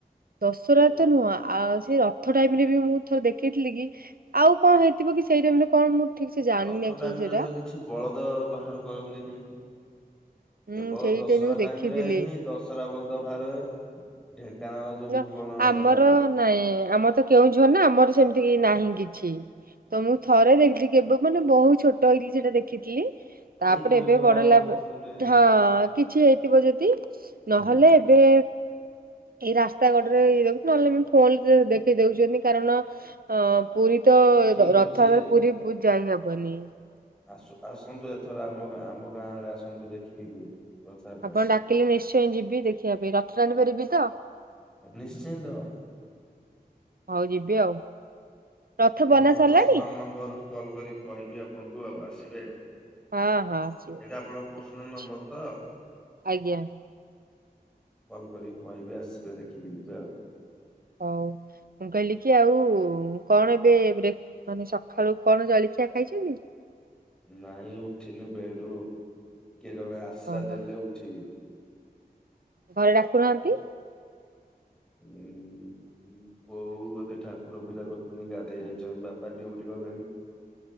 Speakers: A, on the right; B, in the centre.
A: ଦଶରା
B: ଆଉ
A: ତ ନୁହଁ ଆଉ ସେ ର ରଥ ଟାଇମ୍ ରେ ବି ମୁଁ ଥର ଦେଖିଥିଲି କି ଆଉ କଣ ହେଇଥିବ କି ସେଇ ଟାଇମ୍ ରେ କଣ ମୁଁ ଠିକ୍‌ ସେ ଜାଣିନି
B: ରଥ
A: ଆକ୍ଚୁଆଲି
B: ଟାଇମ
A: ସେଟା।
B: ରେ ତ କିଛି ବଳଦ ବାହାର କରନ୍ତିନି
A: ହୁଁ
B: କେବଳ
A: ସେଇ
B: ଦଶରା
A: ଟାଇମ ମୁଁ
B: ଟାଇମ୍
A: ଦେଖିଥିଲି।
B: ରେ ହିଁ ଦଶରା ବଳଦ ବାହାରେ ଢେଙ୍କାନାଳ ଯୋଉ
A: ନା
B: ଭୁବନ
A: ଆମର
B: ଗାଁରେ।
A: ନାଇଁ ଆମର ତ କେଉଁଝର ନା ଆମର ସେମିତି ନାହିଁ କିଛି। ତ ମୁଁ ଥରେ ଦେଖିଲି କେବେ ମାନେ ବହୁତ ଛୋଟ ହେଇଥିଲି ସେଟା ଦେଖିଥିଲି। ତାପରେ
B: ହେଇଥିବ
A: ଏବେ
B: କଣ
A: ବଡ଼ ହେଲାପରେ
B: ଗୋଟେ
A: ହଁ। କିଛି ହେଇଥିବ ଯଦି
B: ହୁଁ
A: ନହେଲେ ଏବେ ଏଇ ରାସ୍ତା କଡରେ ଇ ଦେଖୁଛି ନହେଲେ ବି ଫୋନରେ ଦେଖେଇ ଦଉଛନ୍ତି କାରଣ ପୁରୀ ତ
B: ଠିକ
A: ରଥରେ
B: ଅଛି
A: ପୁରୀ ଯାଇହବନି।
B: ଆସୁ ଆସନ୍ତୁ ଏଥର ଆମ ଆମ ଗାଁ ଆଡେ ଆସନ୍ତୁ ଦେଖିକି ଯିବେ। ରଥଯାତ୍ରା।
A: ଆପଣ ଡାକିଲେ ନିଶ୍ଚୟ ଯିବି ଦେଖିବା ପାଇଁ ରଥଟାଣି ପାରିବି ତ?
B: ନିଶ୍ଚିନ୍ତ।
A: ହଉ ଯିବି ଆଉ ରଥ
B: ଆପଣଙ୍କ
A: ବନା ସରିଲାଣି?
B: ପର୍ସନାଲ ନମ୍ବରରୁୁ କଲ୍ କରି କହିବି ଆପଣଙ୍କୁ ଆଉ ଆସିବେ। ଏଇଟା
A: ହଁ ହଁ ସିଓର
B: ଆପଣଙ୍କ
A: ଠିକ
B: ପର୍ସିନାଲ୍
A: ଅଛି।
B: ନମ୍ବର ତ?
A: ଆଜ୍ଞା
B: କଲ୍ କରିକି କହିବି ଆସିବେ ଦେଖିକି ଯିବେ ଆଉ।
A: ହଉ ମୁଁ କହିଲି କି ଆଉ କଣ ଏବେ ବ୍ରେକ ମାନେ ସକାଳୁ କଣ ଜଳଖିଆ ଖାଇଛନ୍ତି?
B: ନାଇଁ ଉଠିନି ବେଡ୍‌ରୁୁ କିଏ ଜଣେ ଆଶ୍ରା
A: ଓହୋ
B: ଦେଲେ ଉଠିବି।
A: ଘରେ ଡାକୁନାହାନ୍ତି।
B: ହୁଁ ବୋଉ ବୋଧେ ଠାକୁର ପୂଜା କରୁଛନ୍ତି ଗାଧେଇ ଯାଇଛନ୍ତି ବାପ୍ ପା ଡ୍ୟୁଟି ଗଲେଣି।